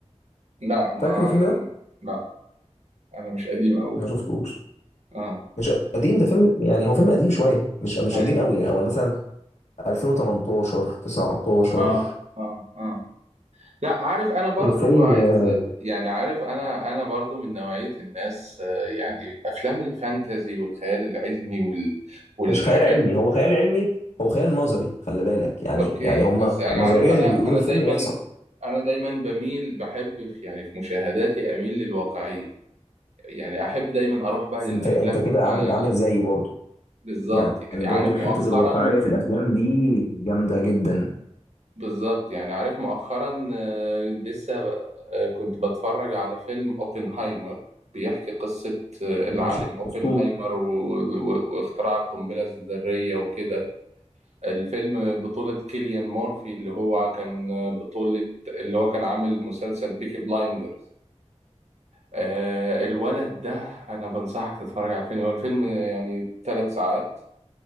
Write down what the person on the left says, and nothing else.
فاكر الفيلم ده؟
ما شفتوش
مش قديم ده فيلم يعني هو فيلم قديم شوية مش مش
قديم قوي يعني هو مثلا 2018 19
الفيلم
آه،
مش خيال علمي هو خيال علمي هو خيال نظري خلي بالك
يعني
يعني هم
نظريا
اللي بيقولوه
في الفيلم
يحصل
انت انت كده عامل
عامل زيي برضه
يعني
برضه
حتة
الواقعية في الأفلام دي جامدة جدا
انا شفته